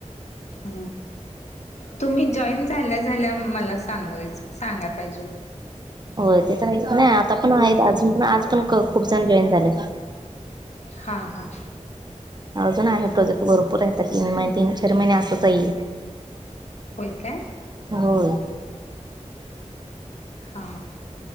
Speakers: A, on the left; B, on the right.
A: अ, तुम्ही जॉईन झाल्या झाल्या मला सांगायच, सांगाय पाहिजे
B: होय ते तर हाय कणी आता पण आहेत अजून पण आज पण खूप जण जॉईन झालेत.
A: हा हा.
B: अजून आहे प्रोजेक्ट भरपूर आहे आता तीन महिने तीन चार महिने असंच आहे हे.
A: होय काय
B: होय.
A: हा.